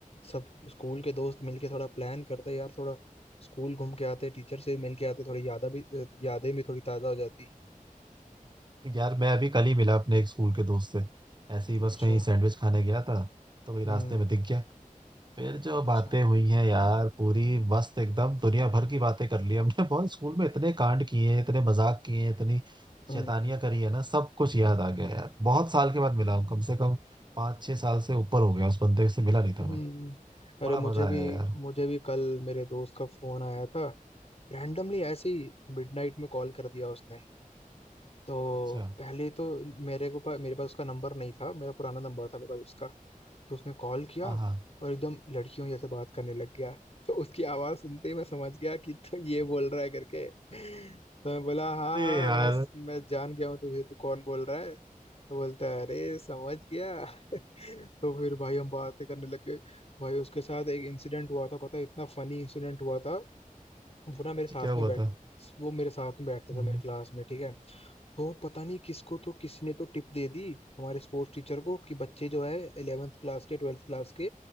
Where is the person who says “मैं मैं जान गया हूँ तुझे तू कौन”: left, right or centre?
Left